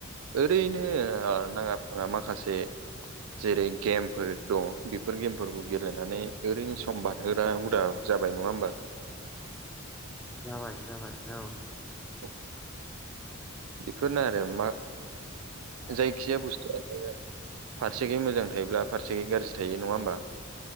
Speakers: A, on the right; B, in the centre.
A: ओरैनो नाङा फाङा माखासे जेरै गेम फोर दं बेफोर गेमफोरखौ गेलेनानै ओरैनो सम बारहोनाय हुदा जाबाय नङा होमबा
B: जाबाय जाबाय औ
A: औ बेफोरनो आरो मा
B: औ
A: जायखि
B: औ
A: जाया बुस्थुआनो फारसेखै मोजां थायोब्ला फारसेङै गाज्रि थायो नङा होमबा